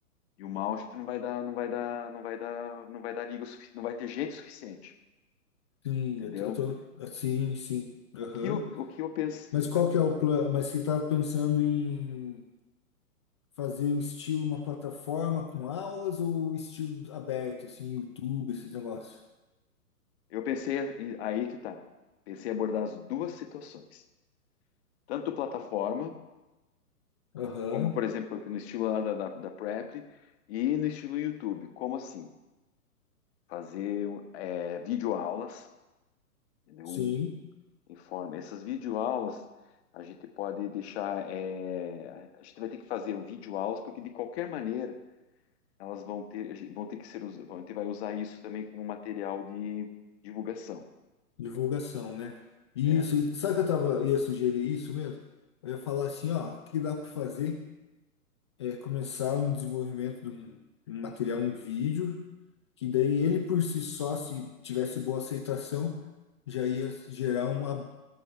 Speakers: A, on the left; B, on the left.
A: e o Mal, a gente não vai dar, não vai dar, não vai dar, não vai dar liga, o sufici- não vai ter gente suficiente,
B: sim,
A: entendeu?
B: eu tô, eu tô, sim, sim, aham.
A: O que eu, o que eu pensei,
B: Mas qual que é o plano? Mas você estava pensando em fazer o estilo uma plataforma com aulas ou um estilo aberto, assim, YouTube, esses negócios?
A: eu pensei em- aí que tá. Pensei em abordar as duas situações, tanto plataforma
B: Aham,
A: Como, por exemplo, aqui no estilo lá da, da, da Preply e no estilo YouTube. Como assim? Fazer é, videoaulas, entendeu?
B: sim,
A: Um, em forma. Essas videoaulas a gente pode deixar. é, a gente vai ter que fazer um videoaulas, porque de qualquer maneira elas vão ter, a gente- vão ter que ser usadas. A gente vai usar isso também como material de divulgação.
B: divulgação, né? Isso,
A: É,
B: sabe que eu tava, ia sugerir isso mesmo? Eu ia falar assim, ó, o que dá para fazer é começar um desenvolvimento de um, um material, um vídeo, que daí ele por si só, se tivesse boa aceitação, já ia gerar uma,